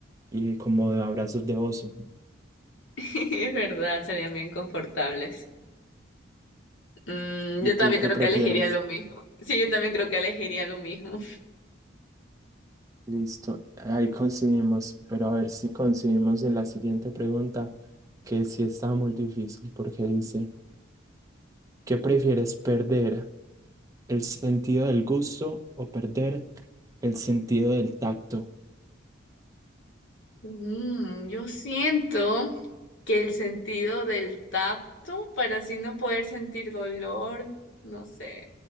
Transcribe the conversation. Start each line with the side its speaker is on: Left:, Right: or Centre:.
Right: y como de abrazos de oso.
Left: <laughs> Es verdad, serían bien confortables. Mm,
Right: ¿Y
Left: yo
Right: tú
Left: también
Right: qué
Left: creo
Right: prefieres?
Left: que elegiría lo mismo. Sí, yo también creo que elegiría lo mismo.
Right: Listo, ahí coincidimos, pero a ver si coincidimos en la siguiente pregunta, que sí está muy difícil porque dice, ¿qué prefieres perder? el sentido del gusto o perder el sentido del tacto.
Left: Mm, yo siento que el sentido del tacto, para así no poder sentir dolor, no sé.